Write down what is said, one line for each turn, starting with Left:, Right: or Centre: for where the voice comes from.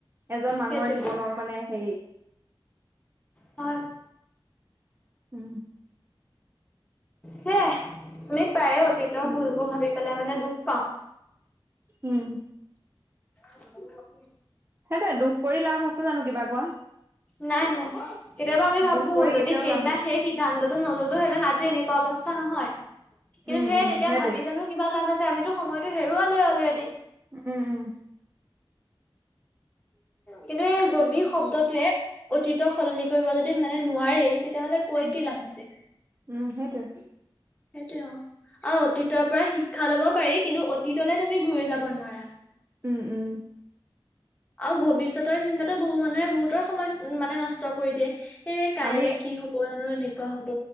Right: এজন মানুহৰ
Left: সেইটোৱে
Right: জীৱনৰ মানে হেৰি
Left: অ
Right: উম
Left: হ তুমি প্ৰায়ে অতীতৰ
Right: উম
Left: ফুলবোৰ ভাবি পেলাই মানে দুখ পাও
Right: উম
Left: আ
Right: হতে দুখ কৰি লাভ আছে জানো কিবা কোৱা
Left: নাই নাই কেতিয়াবা আমি ভাবো
Right: দুখ কৰি
Left: যদি
Right: কেতিয়াও
Left: সেইদিনা
Right: লাভ নাই
Left: শেষ সিদ্ধান্ততটো নজলোহেতেন আজি এনেকুৱা অৱস্থা নহয় কিন্তু
Right: উম
Left: সেয়
Right: উম
Left: তেতিয়া
Right: সেইটোৱে
Left: ভাবি জানো কিবা লাভ আছে আমিতো সময়তো হেৰুৱালোৱে অলৰেডি
Right: উম উম
Left: কিন্তু এই যদি শব্দটোৱে অতীত সলনি কৰিব যদি মানে নোৱাৰাৰে তেতিয়াাহলে কৈ
Right: উম
Left: কি লাভ আছে
Right: উম সেইটোৱে
Left: সেইটোয় অ অ অতীতৰ পৰা শিক্ষা লব পাৰি কিন্তু অতীতলে তুমি ঘূৰি যাব নোৱাৰা
Right: উম উম
Left: আৰু ভৱিষ্যতৰ চিন্তা বহু মানুহে বহুতৰ সমস মানে নষ্ট কৰি দিয়ে এ কাইলে
Right: আমি
Left: কি হ বয়ানো এনেকুৱা হ'ব